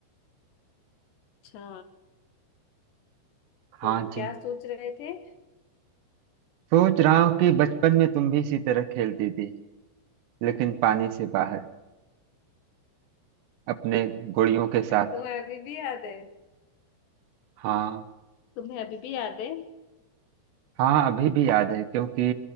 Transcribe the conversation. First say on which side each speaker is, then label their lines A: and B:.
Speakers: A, on the left; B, on the right.
A: अच्छा
B: हाँ
A: तो
B: जी
A: क्या सोच रहे थे <laughs>
B: सोच रहा हूँ कि बचपन में तुम भी इसी तरह खेलती थी लेकिन पानी से बाहर अपने गुड़ियों के साथ
A: तुम्हें अभी भी याद है
B: हाँ
A: तुम्हें अभी भी याद है
B: हाँ अभी भी याद है क्योंकि